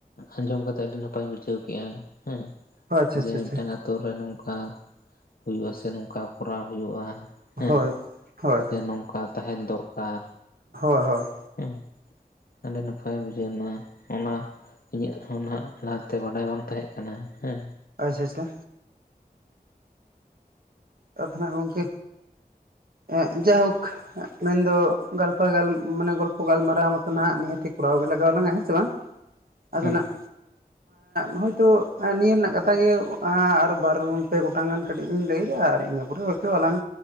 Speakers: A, on the left; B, on the right.
A: ᱟᱸᱡᱚᱢ ᱠᱟᱛᱮᱜ ᱟᱹᱰᱤ ᱱᱟᱯᱟᱭᱤᱧ ᱵᱩᱡᱷᱟᱹᱣ ᱠᱮᱜᱼᱟ ᱦᱮᱸ,
B: ᱦᱳᱭ ᱟᱪᱪᱷᱟ
A: ᱡᱮ
B: ᱟᱪᱪᱷᱟ ᱟᱪᱪᱷᱟ
A: ᱢᱤᱫᱴᱟᱱ ᱟᱛᱳ ᱨᱮ ᱱᱚᱝᱠᱟ ᱦᱩᱭᱩᱜ ᱟᱥᱮ ᱱᱚᱝᱠᱟ ᱠᱚᱨᱟᱣ ᱦᱩᱭᱩᱜᱼᱟ᱾ ᱦᱮᱸ
B: ᱦᱳᱭ ᱦᱳᱭ
A: ᱥᱮ ᱱᱚᱝᱠᱟ ᱛᱟᱦᱮᱱ ᱫᱚᱨᱠᱟᱨ᱾
B: ᱦᱳᱭ ᱦᱳᱜ᱾
A: ᱦᱮᱸ ᱟᱹᱰᱤ ᱱᱟᱯᱟᱭ ᱵᱩᱡᱷᱟᱹᱣ ᱮᱱᱟ ᱚᱱᱟ ᱤᱧᱟᱹᱜ ᱦᱚᱸ ᱱᱟᱦᱟᱜ ᱞᱟᱦᱟᱛᱮ ᱵᱟᱰᱟᱭ ᱵᱟᱝ ᱛᱟᱦᱮᱸ ᱠᱟᱱᱟ ᱦᱮᱸ,
B: ᱟᱪᱪᱷᱟ ᱟᱪᱪᱷᱟ᱾ ᱟᱫᱚ ᱦᱟᱸᱜ ᱜᱚᱢᱠᱮ ᱮᱸᱜ ᱡᱟᱭᱦᱳᱠ ᱢᱮᱱᱫᱚ ᱜᱟᱞᱯᱟ ᱜᱟᱞ ᱢᱟᱱᱮ ᱜᱚᱞᱯᱚ ᱜᱟᱞᱢᱟᱨᱟᱣ ᱢᱚᱛᱚ ᱱᱟᱦᱟᱜ ᱱᱤᱦᱟᱹᱛᱤ ᱠᱚᱨᱟᱣ ᱞᱟᱜᱟᱣ ᱟᱞᱟᱝᱟ ᱦᱮᱸ ᱥᱮ ᱵᱟᱝ, ᱟᱵᱤᱱᱟᱜ
A: ᱦᱮᱸ
B: <inaudible> ᱦᱚᱭᱛᱳ ᱱᱤᱭᱟᱹ ᱨᱮᱱᱟᱜ ᱠᱟᱛᱷᱟ ᱜᱮ ᱟᱨ ᱵᱟᱨ ᱯᱮ ᱜᱚᱴᱟᱝ ᱜᱟᱱ ᱠᱟᱹᱴᱤᱡ ᱤᱧ ᱞᱟᱹᱭᱫᱟ ᱟᱨ ᱤᱱᱟᱹ ᱯᱚᱨᱮ ᱦᱚᱭᱛᱳ ᱟᱞᱟᱝ